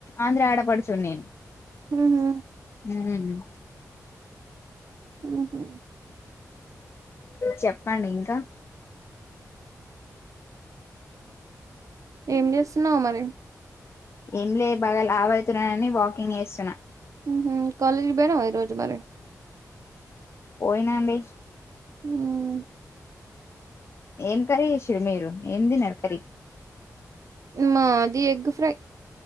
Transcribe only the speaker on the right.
ఊహు
ఊహు
ఏం చేస్తున్నావ్ మరి
ఊహు కాలేజ్ కి పోయినావ ఈరోజ మరి
ఉమ్
మాది ఎగ్ ఫ్రై